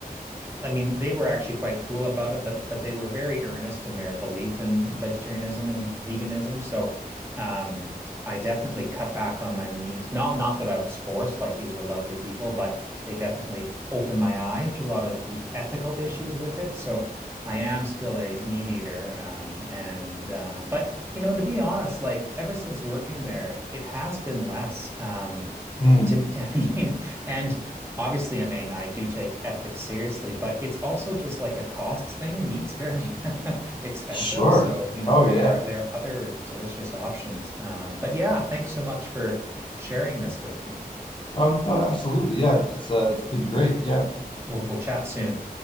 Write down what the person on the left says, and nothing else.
Mm,
sure.
Oh
yeah.
Oh no, absolutely. Yeah, it's it's, uh, it's been great. Yeah.